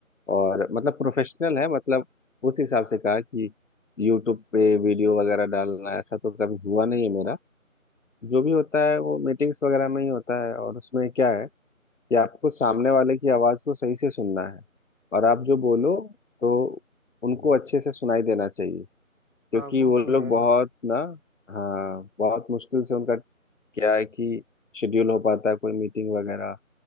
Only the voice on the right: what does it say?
हाँ वो
तो है